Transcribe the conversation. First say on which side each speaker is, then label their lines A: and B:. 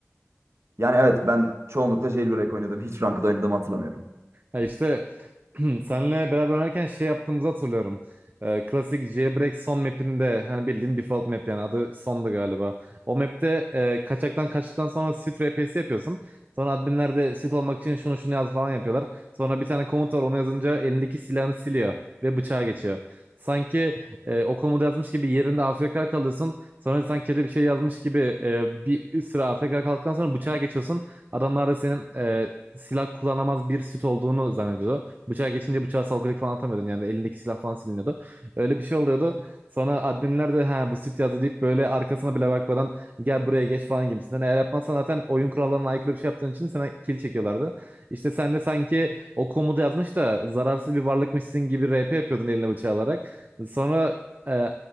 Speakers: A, on the right; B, on the right.
A: Yani evet ben çoğunlukla jailbreak oynadım. Hiç ranked oynadığımı hatırlamıyorum.
B: Ya işte <clears throat> senle beraber oynarken şey yaptığımızı hatırlıyorum. Ee, klasik Jailbreak son map'inde hani bildiğin default map yani adı sondu galiba. O map'te e, kaçaktan kaçtıktan sonra sit RP'si yapıyorsun. Sonra adminler de sit olmak için şunu şunu yaz falan yapıyorlar. Sonra bir tane komut var onu yazınca elindeki silahını siliyor ve bıçağa geçiyor. Sanki e, o komutu yazmış gibi yerinde AFK kalıyorsun. Sonra sanki bir şey yazmış gibi e, bir süre AFK kaldıktan sonra bıçağa geçiyorsun. Adamlar da senin e, silah kullanamaz bir süt olduğunu zannediyordu. Bıçağa geçince bıçağı salkılık falan atamıyordun. Yani elindeki silah falan siliniyordu. Öyle bir şey oluyordu. Sonra adminler de ha bu süt yazdı deyip böyle arkasına bile bakmadan gel buraya geç falan gibisinden. Eğer yapmazsan zaten oyun kurallarına aykırı bir şey yaptığın için sana kill çekiyorlardı. İşte sen de sanki o komutu yazmış da zararsız bir varlıkmışsın gibi RP yapıyordun eline bıçağı alarak. Sonra e,